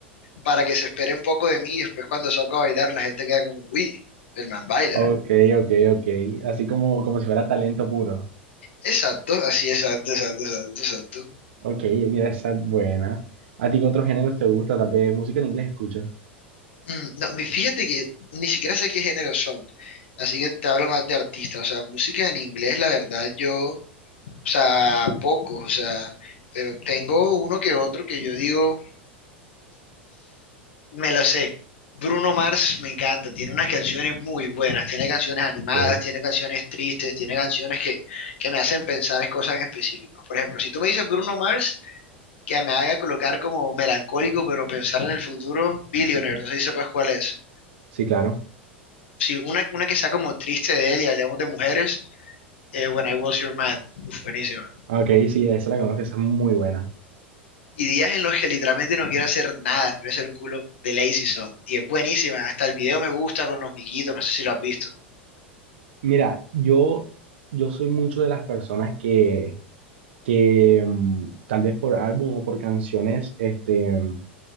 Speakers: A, on the left; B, on the right.
A: para que se espere un poco de mí y después cuando saco a bailar la gente queda como, uy, el man baila.
B: Ok, ok, ok. Así como, como si fuera talento puro.
A: Exacto, así, exacto, exacto, exacto, exacto.
B: Ok, mira, esa es buena. ¿A ti qué otros géneros te gusta? Tal vez música en inglés escuchas.
A: Mm, no, mi- fíjate que ni siquiera sé qué género son, así que te hablo más de artistas, o sea, música en inglés, la verdad, yo, o sea, pocos, o sea, pero tengo uno que otro que yo digo... Me lo sé. Bruno Mars me encanta, tiene unas canciones muy buenas, tiene canciones animadas,
B: Ok,
A: tiene canciones tristes, tiene canciones que, que me hacen pensar en cosas en específico. Por ejemplo, si tú me dices Bruno Mars, que me haga colocar como melancólico, pero pensar en el futuro, Billionaire, no sé si sepas cuál es.
B: sí, claro.
A: Si una, una que sea como triste de él y hablamos de mujeres, eh, When I Was Your Man, uf, buenísima.
B: Ah, Ok, sí, esa la conozco, esa es muy buena.
A: Y días en los que literalmente no quiero hacer nada, no quiero hacer un culo de Lazy Song. Y es buenísima, hasta el video me gusta con los miquitos, no sé si lo has visto.
B: Mira, yo, yo soy mucho de las personas que, que mm, tal vez por álbum o por canciones, este, mm,